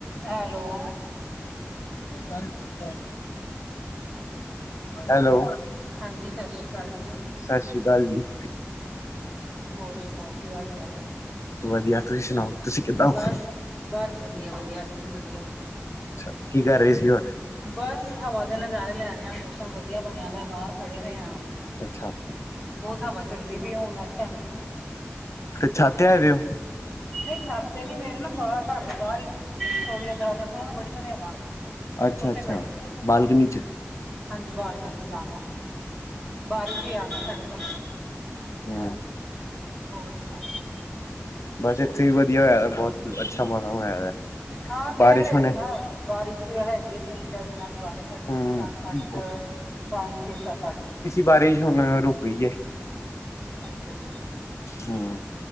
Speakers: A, in the centre; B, on the left.
A: Hello,
B: ਘਰ ਖੁਲਾ। Hello,
A: ਹਾਂਜੀ ਸਤਿ ਸ੍ਰੀ ਅਕਾਲ ਜੀ
B: ਸਤਿ ਸ੍ਰੀ ਅਕਾਲ ਜੀ।
A: ਹੋਰ ਸੁਣਾਓ ਕੀ ਹਾਲ- ਚਾਲ ਹੈ?
B: ਵਧੀਆ। ਤੁਸੀਂ ਸੁਣਾਓ, ਤੁਸੀਂ ਕਿੱਦਾਂ ਹੋ?
A: ਬਸ ਬਸ ਵਧੀਆ- ਵਧੀਆ, ਅਸੀਂ ਵੀ ਵਧੀਆ।
B: ਅੱਛਾ, ਕੀ ਕਰ ਰਹੇ ਸੀ ਹੋਰ?
A: ਬਸ ਹਵਾ ਦੇ ਨਜ਼ਾਰੇ ਲੈ ਰਹੇ ਆ, ਮੌਸਮ ਵਧੀਆ ਬਣਿਆ ਦਾ ਬਾਹਰ ਖੜੇ ਰਹੇ ਹਾ।
B: ਅੱਛਾ
A: ਬਹੁਤ ਹਵਾ ਚੱਲਦੀ ਪਈ ਹੁਣ ਇਸ ਟਾਈਮ।
B: ਤੇ ਛੱਤੇ ਹੈਗੇ ਹੋ?
A: ਨਹੀਂ ਛੱਤ ਤੇ ਨਹੀਂ, ਮੇਰੇ ਨਾ ਘਰ ਦੇ ਘਰ ਦੇ ਬਾਹਰ। ਰਸੋਈ ਦਾ ਦਰਵਾਜਾ ਖੋਲੋ, ਉਹ ਨੂੰ ਬੜੀ ਸੁਨੇ ਹਵਾ ਆਉਂਦੀ ਹੈ,
B: ਅੱਛਾ
A: ਉੱਥੇ
B: ਅੱਛਾ
A: ਖੜੇ ਵੀ ਆ ਹਾਂਜੀ।
B: ਬਾਲਕਨੀ ਚ
A: ਹਾਂਜੀ। ਬਾਲਕਨਿ ਲਾ ਲੋਓ, ਬਾਰਿਸ਼ ਵੀ ਆ ਗਈ ਸਾਡੇ ਤ।
B: ਹੂ
A: ਹੋਰ ਸੁਣਾਓ?
B: ਬਸ ਇੱਥੇ ਹੀ ਵਧੀਆ ਹੋਇਆ ਬਹੁਤ ਅੱਛਾ ਮੌਸਮ ਹੋਇਆ।
A: ਹਾਂ ਕਹਿ
B: ਬਾਰਿਸ਼
A: ਰਹੇ
B: ਹੋਣੇ
A: ਸੀ ਨਾ ਬਾਰਿਸ਼ ਹੈਗੀ ਹੈ ਤਿੰਨ- ਚਾਰ ਦਿਨਾਂ ਦੀ ਬਾਰਿਸ਼ ਹੈਗੀ,
B: ਹਮ
A: ਸੱਤ -ਅੱਠ, ਪੰਜ- ਛੇ- ਸੱਤ- ਅੱਠ।
B: ਬਾਰੀਸ਼ ਹੁਣ ਰੁਕ ਗਈ ਹੈ।
A: ਅੱਛਾ- ਅੱਛਾ।
B: ਹੂ